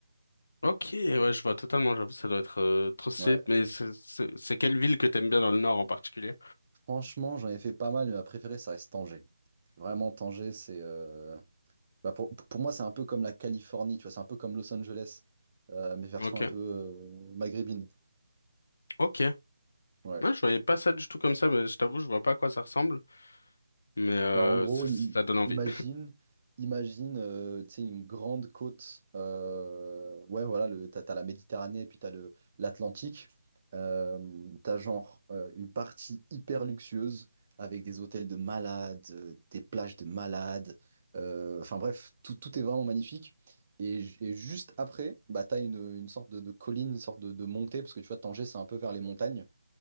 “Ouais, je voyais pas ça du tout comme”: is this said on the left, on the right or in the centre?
Left